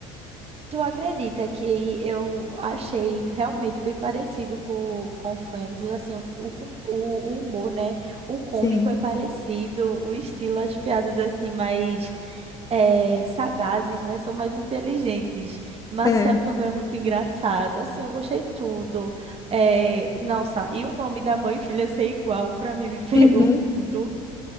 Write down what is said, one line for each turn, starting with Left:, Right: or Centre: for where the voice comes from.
Right: Tu acredita que eu achei realmente bem parecido com, com Friends, assim, o, o, com- o o humor, né? O cômico
Left: Sim,
Right: é parecido, o estilo, as piadas, assim, mais eh, sagazes, né? São mais inteligentes. Marcel
Left: é.
Right: também é muito engraçado, assim, eu gostei tudo. Eh, nossa, e o nome da mãe e filha ser igual, pra mim, me <laughs> pegou
Left: Uhum.
Right: muito.